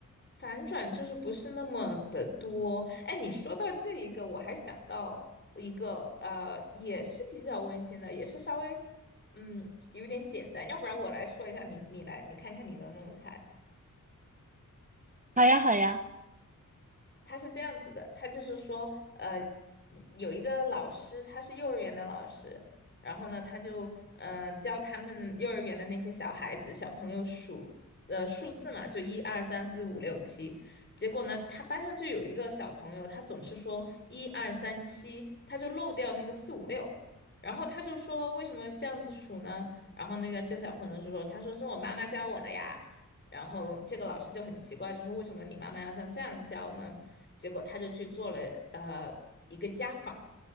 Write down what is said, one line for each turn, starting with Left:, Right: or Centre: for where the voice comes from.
Left: 反转就是不是那么的多。哎，你说到这一个，我还想到一个，呃，也是比较温馨的，也是稍微，嗯，有点简单。要不然我来说一下，你你来，你看看你能不能猜。
Right: 好呀，好呀。
Left: 他是这样子的，他就是说，呃，有一个老师，他是幼儿园的老师，然后呢，他就嗯、呃教他们幼儿园的那些小孩子、小朋友数呃数字嘛，就一二三四五六七。结果呢，他班上就有一个小朋友，他总是说一二三七，他就漏掉那个四五六，然后他就说为什么这样子数呢？然后那个这个小朋友就说，他说是我妈妈教我的呀。然后这个老师就很奇怪，就说为什么你妈妈要像这样教呢？结果他就去做了呃一个家访，